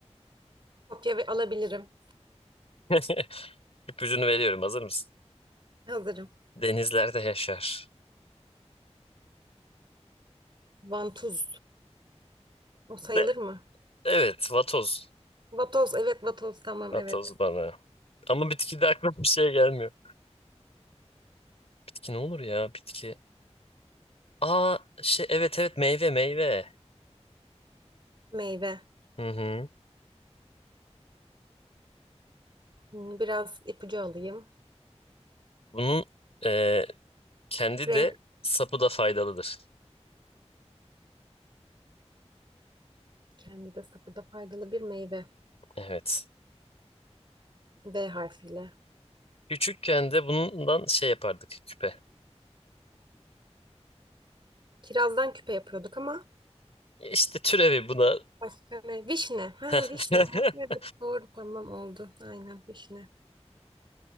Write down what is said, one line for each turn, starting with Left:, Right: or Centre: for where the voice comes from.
Right: Kopya ve alabilirim.
Left: <laughs> İpucunu veriyorum. Hazır mısın?
Right: Hazırım.
Left: Denizlerde yaşar.
Right: Vantuz O sayılır
Left: De-
Right: mı?
Left: evet, vatoz.
Right: Vatoz, evet vatoz tamam
Left: Vatoz
Right: evet.
Left: bana. Ama bitki de aklıma bir şey gelmiyor. Bitki ne olur ya? Bitki. Aa şey evet evet meyve meyve.
Right: Meyve.
Left: Hı hı.
Right: Hmm, Biraz ipucu alayım.
Left: Bunun e, kendi
Right: Renk
Left: de sapı da faydalıdır.
Right: kendi de sapı da faydalı bir meyve.
Left: Evet.
Right: V harfiyle.
Left: Küçükken de bundan şey yapardık küpe.
Right: Kirazdan küpe yapıyorduk ama
Left: İşte türevi buna.
Right: başka ne? Vişne. Ha
Left: <laughs>
Right: vişne. Ama evet doğru tamam oldu. Aynen vişne.